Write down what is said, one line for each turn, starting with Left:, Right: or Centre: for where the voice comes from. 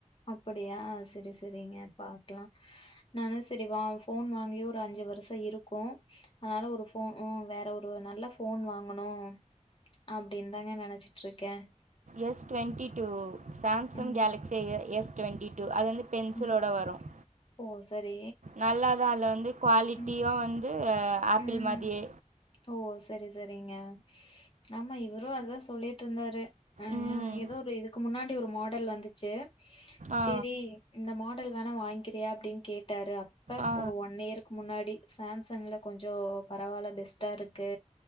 Left: அப்படியா சரி சரிங்க பாக்கலாம் நான் சரிவா ஃபோன் வாங்கி ஒரு அஞ்சு வருஷம் இருக்கும் அதனால ஒரு ஃபோன் வேற ஒரு நல்ல ஃபோன் வாங்கணும் அப்டின்னு தாங்க நெனச்சிட்டுருக்கேன்
Right: எஸ் டுவெண்ட்டி டூ சாம்சங்
Left: ம்,
Right: கேலகஸி எஸ் டுவெண்டி டு அது பென்சிலோட
Left: ம்.
Right: வரும்
Left: ஓ! சரி.
Right: நல்லாதான் வந்து குவாலிட்டியும்
Left: ம்,
Right: ஆப்பிள்
Left: ம்.
Right: மாரியே
Left: ஓ! சரி, சரிங்க ஆமா இவரும் அதான் சொல்லிட்டு இருந்தாரு ஆஹ்
Right: ம்.
Left: ஏதோ ஒரு இதுக்கு இக்கு முன்னாடி ஒரு மாடல் வந்துச்சு
Right: ஆ,
Left: சரி இந்த மாட்டு <unintelligible> வனம் வாங்கிறியா அப்படின்னு கேட்டு <inaudible> விட்டாரு அப்ப
Right: ஆ,
Left: ஒரு ஒன் இயருக்கு முன்னாடி சாம்சங்ல கொஞ்சம் பரவால்ல பெஸ்ட்டா இருக்கு